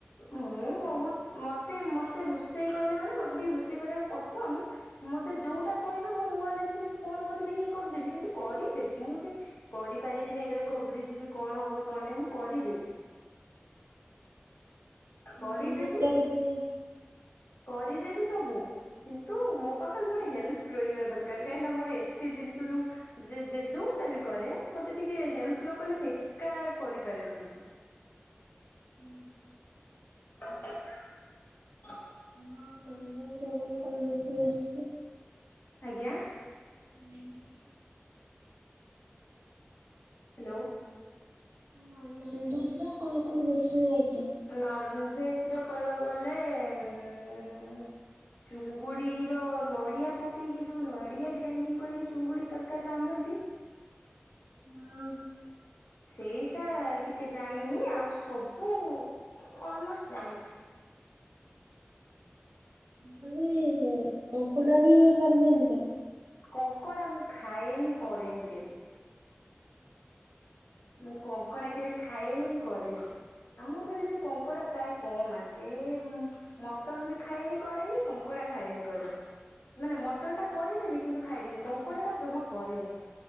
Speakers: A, on the left; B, on the right.
A: ମୁଁ ବହୁତ ମତେ ମତେ ରୋଷେଇ କହିଲା ମାନେ ମତେ ଟିକେ ରୁଷେଇ କରିବାକୁ ପସନ୍ଦ। ମତେ ଯୋଉଟା କହିବେ ମୁଁ ନୂଆ ରେସିପି ଫୋନ ପଛେ ଦେଖିକି କରିଦେବି କିନ୍ତୁ କରିଦେବି। ମୁଁ ଯେ କରିପାରିବିନି ଏଇଟାରେ ଘବୁର ଯିବି କଣ ହବ କଣ ନାହିଁ ମୁଁ କରିଦେବି। କରିଦେବି
B: ନନଭେଜ ର କେତେ
A: କରିଦେବି ସବୁ କିନ୍ତୁ ମୋ ପାଖରେ ଜଣେ ହେଲ୍ପ ରହିବା ଦରକାର କାହିଁକି ନା ମୋର ଏତେ ଜିନିଷ ଯୋଉ ଯେ ଯୋଉଟା ବି କରେ ମତେ ଟିକେ ହେଲ୍ପ ନ କଲେ ମୁଁ ଏକା କରିପାରେନି କିନ୍ତୁ।
B: ହୁଁ ହୁଁ।
A: <inaudible>
B: ହଁ ନନ୍ଦବରବଙ୍କର ବେଶୀ ଆଛି <unintelligible>
A: ଆଜ୍ଞା।
B: ହୁଁ।
A: ହ୍ୟାଲୋ।
B: ହଁ ନନଭଜ ର କଣ କଣ ରୋଷେଇ ଆଇଛି
A: ନନ୍ ଭେଜ୍ ର କହିବାକୁ ଗଲେ ଉ ଚୁଙ୍ଗୁଡ଼ିର ନଡ଼ିଆ ପକେଇକି ଯେଉ ନଡ଼ିଆ ଗ୍ରାଇଣ୍ଡିଙ୍ଗ କରିକି ଚୁଙ୍ଗୁଡ଼ି ତରକାରୀ ରାନ୍ଧନ୍ତି।
B: ହଁ।
A: ସେଇଟା ଟିକେ ଜାଣିନି ଆଉ ସବୁ ଅଲମୋଷ୍ଟ ଜାଣିଛି।
B: ସବୁ କ କଙ୍କୁଡା ବି ସରି ଜଣିଛ।
A: କଙ୍କଡା ମୁଁ ଖାଏନି କରେନି କେବେ। ମୁଁ କଙ୍କଡା କେବେ ଖାଏନି ମୁଁ କରେନି। ଆମ ଘରେ ବି କଙ୍କଡା ପ୍ରାୟ କମ୍ ଆସେ। ମଟନ ବି ଖାଏନି କରେନି କଙ୍କଡା ଖାଏନି କରେନି। ମାନେ ମଟନ ଟା କରିଦେବି କିନ୍ତୁ ଖାଇବିନି କଙ୍କଡା ଟା ଜମା କରେନି।